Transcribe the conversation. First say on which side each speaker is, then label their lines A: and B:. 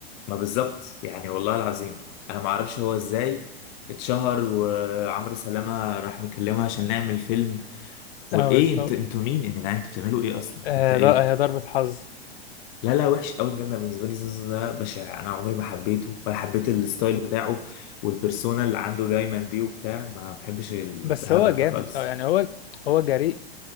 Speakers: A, on the left; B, on the left.
A: ما بالظبط يعني والله العظيم انا ما اعرفش هو ازاي اتشهر وعمرو سلامة راح مكلمها عشان نعمل فيلم وايه
B: اه بالظبط
A: انت انتوا مين يا جدعان انتوا بتعملوا ايه اصلا
B: آه
A: انت ايه
B: بقى هي ضربة حظ
A: لا لا وحش قوي بجد أنا بالنسبه لي زوزو ده بشع انا عمري ما حبيته ولا حبيت الستايل بتاعه والبرسونا اللي عنده دايما دي وبتاع ما بحبش الهبل
B: بس هو جامد
A: ده خالص
B: اه يعني هو هو جريء